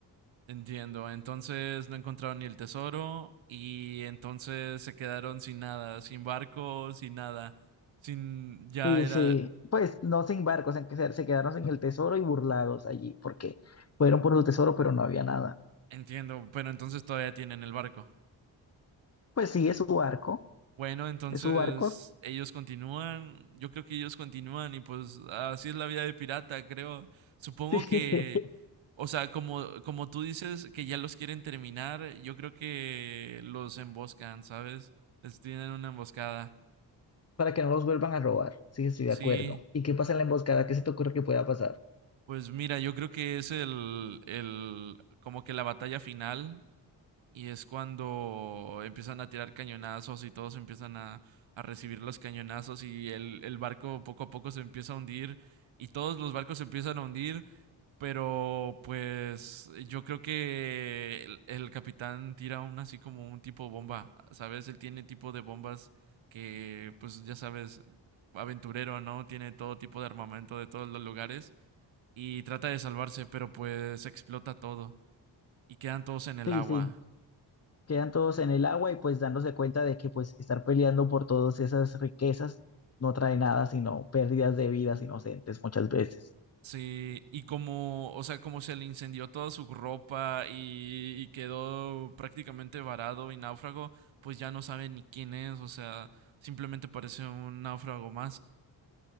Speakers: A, on the right (about 75°); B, on the left (about 30°).
A: Entiendo. Entonces no encontraron ni el tesoro y entonces se quedaron sin nada, sin barco, sin nada. Sin ya
B: Sí,
A: era,
B: sí, pues no sin barcos, en que se, se quedaron sin el tesoro y burlados allí, porque fueron por su tesoro, pero no había nada.
A: entiendo, pero entonces todavía tienen el barco.
B: Pues sí, es su barco,
A: Bueno, entonces
B: es su barco,
A: ellos continúan, yo creo que ellos continúan y pues así es la vida de pirata, creo. Supongo
B: <laughs> sí,
A: que, o sea, como, como tú dices que ya los quieren terminar, yo creo que los emboscan, ¿sabes? Les tienen una emboscada.
B: para que no los vuelvan a robar, sí, estoy de acuerdo.
A: Sí,
B: ¿Y qué pasa en la emboscada? ¿Qué se te ocurre que pueda pasar?
A: pues mira, yo creo que es el, el, como que la batalla final Y es cuando empiezan a tirar cañonazos y todos empiezan a, a recibir los cañonazos y el, el barco poco a poco se empieza a hundir y todos los barcos se empiezan a hundir, pero pues yo creo que el, el capitán tira un así como un tipo bomba, ¿sabes? Él tiene tipo de bombas que pues ya sabes, aventurero, ¿no? Tiene todo tipo de armamento de todos los lugares y trata de salvarse, pero pues explota todo y quedan todos en el
B: Sí,
A: agua.
B: sí, quedan todos en el agua y pues dándose cuenta de que pues estar peleando por todas esas riquezas no trae nada, sino pérdidas de vidas inocentes muchas veces.
A: Sí, y como, o sea, como se le incendió toda su ropa y, y quedó prácticamente varado y náufrago, pues ya no sabe ni quién es, o sea, simplemente parece un náufrago más.